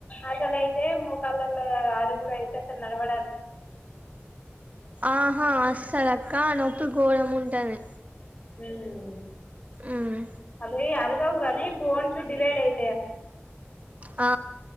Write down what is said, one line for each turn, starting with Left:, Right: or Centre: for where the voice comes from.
Left: అసలు అయితే మోకాళ్ళలో అరు గూడు అయితే అసలు నడవ
Right: ఆహా అస్తది అక్క నొపి గోరం ఉంట ద్దని
Left: మ్మ్
Right: ఉమ్
Left: అవి ఆర్గవు కానీ బోన్స్ డివైడ్ అయి
Right: ఆ